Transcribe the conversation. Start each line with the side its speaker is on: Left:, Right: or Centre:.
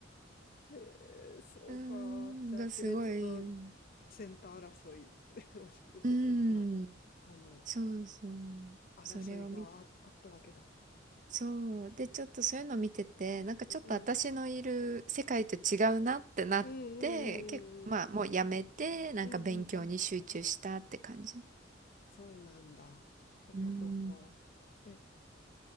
Left: えー、そうか。
Right: うーん、
Left: じゃあ、
Right: がすごい、
Left: 熾烈な
Right: うん、
Left: センター争い、<laughs> もしせまあ、
Right: うーん。
Left: あの、
Right: そうそう。
Left: 争いがああったわけだ。
Right: それを見、そう。で、ちょっとそういうの見てて、なんかちょっと私のいる世界と違うなってなって、
Left: うん。うんうんうんうんうん。
Right: 結構、まあもうやめて、なんか勉強に集中したって感じ。
Left: うんうんうん。そうなんだ。そっかそっか。
Right: うん。
Left: え、